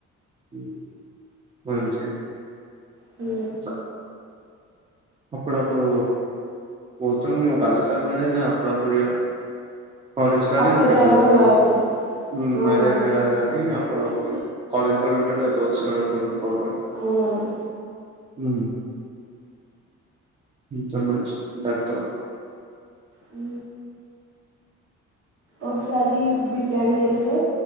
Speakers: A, on the right; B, on the right.
A: హ మంచిగా
B: హు
A: అట్లా అప్పుడప్పుడు పోతాం మేము కలస్తాం గాని ఇగా అప్పుడప్పుడు ఇగ కాలేజ్ కాన్నే
B: అప్పట్లాగా
A: ఉంటాడు గా ఒకడు
B: కాదు
A: హు
B: అవునవును
A: మరి అంత కాదు కానీ అప్ కాలేజ్ కాడ ఉంటడు గా దోస్త్ గాడు ఒకడు
B: అవునవును
A: హ సంబంధించి దం తో
B: హు ఒకసారి బిర్యానీ చేసే